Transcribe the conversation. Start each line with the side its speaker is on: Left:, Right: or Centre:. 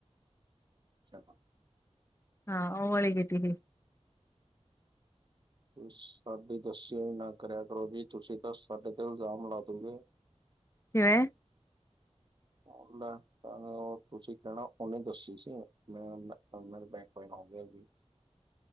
Right: ਚੱਲੇ।
Left: ਹਾਂ, ਉਹ ਵਾਲੀ ਕੀਤੀ ਤੀ।
Right: ਸਾਡੀ ਦਸੀਿਓ ਨਾ ਕਰਿਆ ਕਰੋ ਜੀ, ਤੁਸੀਂ ਤਾਂ ਸਾਡੇ ਤੇ ਇਲਜ਼ਾਮ ਲਾ ਦੋਗੇ।
Left: ਕਿਵੇਂ?
Right: ਉਹ ਤੁਸੀਂ ਕਹਿਣਾ, ਉਹਨੇ ਦੱਸੀ ਸੀ ਮੈਂ ਮੇਰੇ ਭੈਣ। ਕੋ ਹੇ ਜੇ ਗੀ।